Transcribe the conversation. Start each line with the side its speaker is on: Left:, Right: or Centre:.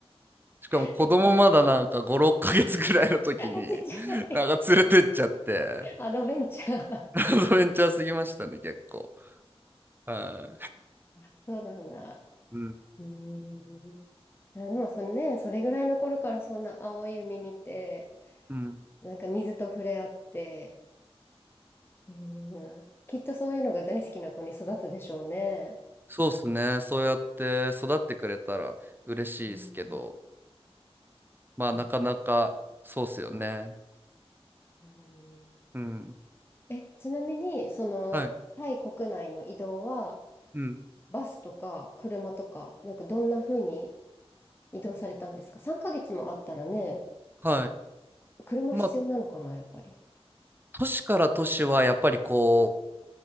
Right: しかも子供まだなんか5、
Left: <laughs>
Right: 6ヶ月ぐらいの時に、
Left: あ、ちっちゃい。
Right: なんか連れてっちゃって、
Left: アドベンチャー。
Right: <laughs> アドベンチャーすぎましたね、結構。は
Left: あそうなんだ。
Right: い。うん。
Left: うーん。いや、でもそれね、それぐらいの頃からそんな青い海見て、
Right: うん。
Left: なんか水と触れ合って、うーん、きっとそういうのが大好きな子に育つでしょうね。
Right: そうですね。そうやって育ってくれたら嬉しいですけど、
Left: うん
Right: まあなかなかそうっすよね。
Left: え、うん、
Right: うん。
Left: え、ちなみに、その、
Right: はい。
Left: タイ国内の移動は、
Right: うん。
Left: バスとか車とか、なんかどんな風に移動されたんですか ?3 ヶ月もあったらね、
Right: はい。
Left: 車必要なのかな、
Right: まあ
Left: やっぱり。
Right: 都市から都市はやっぱりこ